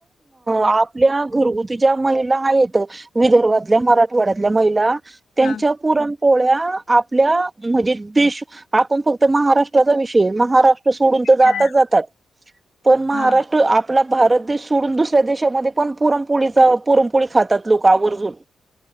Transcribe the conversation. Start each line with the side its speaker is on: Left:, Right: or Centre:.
Right: आपल्या घरगुतीच्या महिला आहेत. विदर्भातल्या मराठवाड्यातल्या महिला त्यांच्या
Left: हा
Right: पुरणपोळ्या आपल्या म्हणजे देश आपण फक्त महाराष्ट्राचा विषय महाराष्ट्र ोड जात
Left: हा
Right: जात पण महारष्ट्र
Left: हा
Right: आपला भारत देश सोडून दुसऱ्या देशामध्ये पण पुरमपोळीचा पुरमपोळी खातात लोक आवर्जून